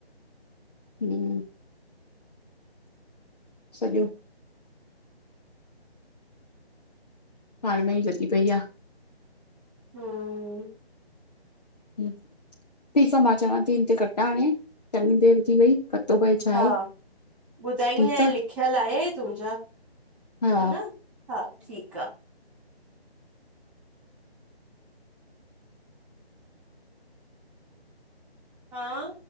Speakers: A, on the left (about 40°); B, in the centre.
A: हम्म <unintelligible> सॼो पाणु में ई लॻी पई आ।
B: हम्म <unintelligible>
A: ठीकु आ, मां चवांती इनते कटा हाणे, चॻी देरि थी वई। पतो पए छा
B: हा,
A: आहे
B: ॿुधाईंदे
A: ठीकु आ
B: लिखियल आहे तुंहिंजा?
A: हा
B: ह न, हा ठीकु आ। हाँ?